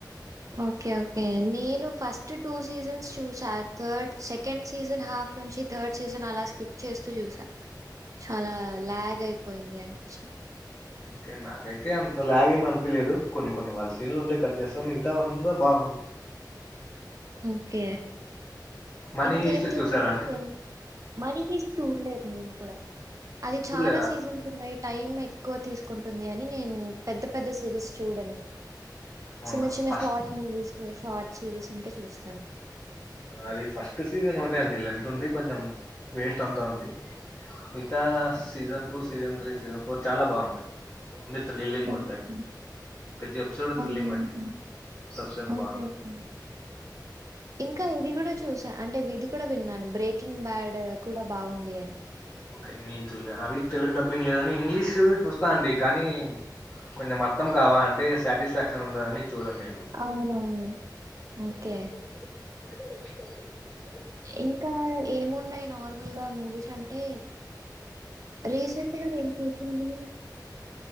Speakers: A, on the right (about 45°); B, on the left (about 40°).
A: ఓకే ఓకే నేను ఫస్ట్ టూ సీజన్స్ చూసా థర్డ్ సెకండ్ సీజన్ హాఫ్ నుంచి థర్డ్ సీజన్ అలా స్కిప్ చేస్తూ చూసా చాలా లాగ్ అయిపోయింది అనిపింది
B: ఓకే నాకైతే అంత ల్యాగ్ ఏం అనిపియలేదు కొన్ని కొన్ని వాళ్ళ సీన్లు ఉంటే కట్ చేస్తా మిగతావంత బాగు
A: ఓకే
B: మనీ
A: ఇంకేం
B: హిస్ట్
A: చూసారు
B: చూసారా అండి
A: ఫ్రెండ్ మనీ హిస్ చూడలేదు నేను కూడా అది
B: చూడలేదా
A: చాలా సీజన్ స్ ఉన్నాయి టైం ఎక్కువ తీసుకుంటుంది అని నేను పెద్ద పెద్ద సిరీస్ చూడను
B: అవునా
A: చిన్న చిన్న
B: first
A: short movies short series ఉంటే చూస్తాను
B: అది ఫస్ట్ సీజన్ ఓటే అండి లెంత్ ఉంది కొంచెం వేస్ట్ అంతా ఉంది మిగతా season two season three season four చాలా బాగుంటయి అంటే థ్రిల్లింగ్
A: ఓకే.
B: ఉంటాయి ప్రతి ఎపిసోడ్ థ్రిల్లింగ్
A: అవునవును.
B: పెట్టిందా Suspense
A: okay.
B: బాగుంటుంది
A: ఓకే. ఇంకా ఇది కూడా చూసా అంటే ఇది కూడా విన్నాను బ్రేకింగ్ బ్యాడ్ కూడా బాగుంది అని
B: ఓకే నేను చుల్లే అవి తెలుగు డబ్బింగ్ లేదని ఇంగ్లీష్ చూస్తా అండి కానీ కొన్ని అర్థమ్ కావాలంటే సాటిస్ఫాక్షన్ ఉండదని చూడను నేను
A: అవునవును
B: <inaudible>
A: ఓకే. ఇంకా ఏమున్నాయి నార్మల్ గా మూవీస్ అంటే రీసెంట్ గా నేను చూసింది